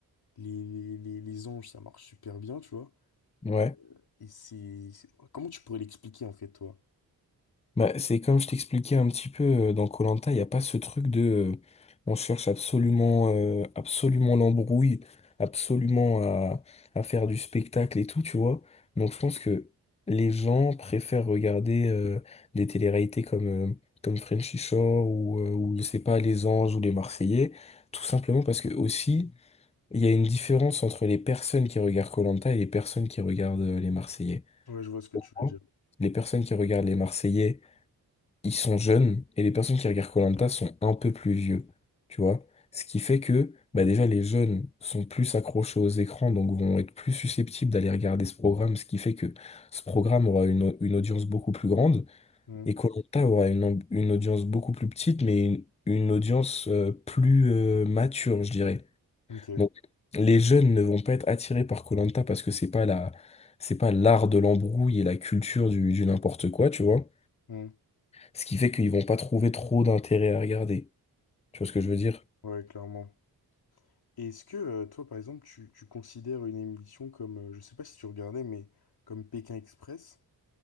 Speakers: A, on the left (about 70°); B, on the left (about 15°).
A: les, les, les anges, ça marche super bien, tu vois.
B: Ouais.
A: Et, euh, et c'est... c'est- Comment tu pourrais l'expliquer, en fait, toi?
B: Bah, c'est comme je t'expliquais un petit peu euh, dans koh il n'y a pas ce truc de euh, on cherche absolument euh, absolument l'embrouille, absolument à, à faire du spectacle et tout, tu vois. Donc je pense que les gens préfèrent regarder euh, des télé-réalités comme, euh, comme Frenchy Shore ou, euh, ou je sais pas, Les Anges ou Les Marseillais, tout simplement parce que aussi il y a une différence entre les personnes qui regardent koh et les personnes qui regardent euh, Les Marseillais.
A: Ouais, je vois ce que
B: Pourquoi
A: tu veux dire.
B: Les personnes qui regardent Les Marseillais ils sont jeunes et les personnes qui regardent koh sont un peu plus vieux, tu vois. Ce qui fait que bah déjà les jeunes sont plus accrochés aux écrans, donc vont être plus susceptibles d'aller regarder ce programme, ce qui fait que ce programme aura une, au- une audience beaucoup plus grande
A: Hmm,
B: et koh aura une, amb- une audience beaucoup plus petite, mais une, une audience euh, plus euh, mature, je dirais.
A: Ok.
B: Donc les jeunes ne vont pas être attirés par koh parce que c'est pas la, c'est pas l'art de l'embrouille et la culture du du n'importe quoi, tu vois.
A: Hmm,
B: Ce qui fait qu'ils vont pas trouver trop d'intérêt à regarder. Tu vois ce que je veux dire?
A: Ouais, clairement. Et est-ce que, euh, toi, par exemple, tu, tu considères une émission comme... euh, je sais pas si tu regardais, mais comme Pékin Express,